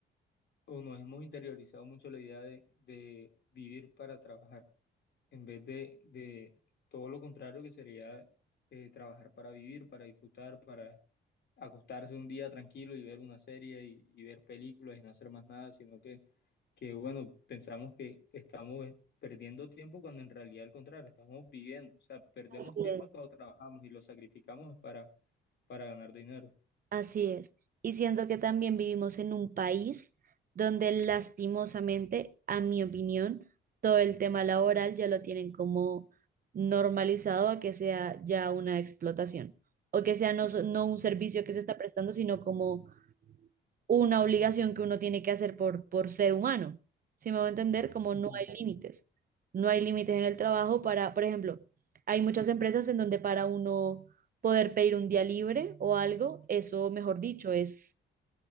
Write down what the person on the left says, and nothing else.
o nos hemos interiorizado mucho la idea de, de vivir para trabajar. en vez de, de todo lo contrario que sería eh, trabajar para vivir, para disfrutar, para acostarse un día tranquilo y ver una serie y, y ver películas y no hacer más nada, sino que, que, bueno, pensamos que estamos perdiendo tiempo cuando en realidad al contrario, estamos viviendo, o sea, perdemos
tiempo
es cuando trabajamos y lo sacrificamos para, para ganar dinero.
Ujú,